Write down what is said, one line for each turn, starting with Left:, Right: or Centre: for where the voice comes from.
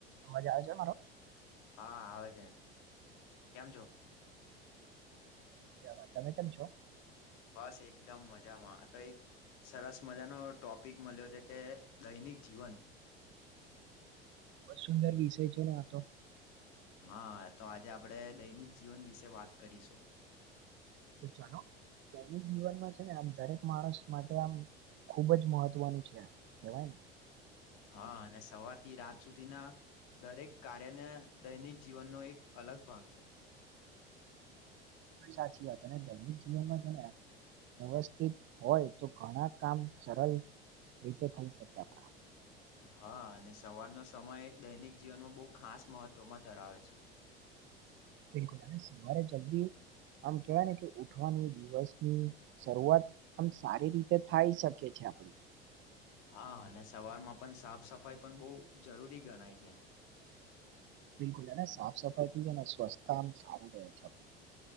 Right: અવાજ આવે છે મારો?
Left: હા આવે છે. કેમ છો?
Right: મજામા. તમે કેમ છો?
Left: બસ એકદમ મજામાં તો એ સરસ મજાનો ટોપિક મલયો છે કે દૈનિક જીવન
Right: ખુબ જ સુંદર વિષય છે ને આ તો
Left: હા તો આજે આપડે દૈનિક જીવન વિશે વાત કરીશું.
Right: તો ચાલો દૈનિક જીવનમાં છે ને આમ દરેક માણસ માટે આમ ખુબ જ મહત્વનું છે. કહેવાય ને
Left: હા અને સવાર થી રાત સુધી ના દરેક કાર્યને દૈનિક જીવનનો એક અલગ ભાગ છે.
Right: સાચી વાત અને દૈનિક જીવનમાં છે ને વ્યવસ્થિત હોય તો ઘણા કામ સરલ રીતે થઈ શકે આપણા
Left: હા, અને સવારનો સમય દૈનિક જીવનમાં બહુ ખાસ મહત્વમાં ધરાવે છે.
Right: બિલકુલ સવારે જલ્દી આમ કેવાય ને કે ઉઠવાની દિવસની શરૂઆત આમ સારી રીતે થાય શકે છે, આપડી
Left: હા અને સવારમાં પણ સાફ સફાઈ પણ બો જરૂરી ગણાય છે.
Right: બિલકુલ અને સાફ સફાઈથી છે, ને સ્વસ્થતા આમ સારું રહે છે આપણું.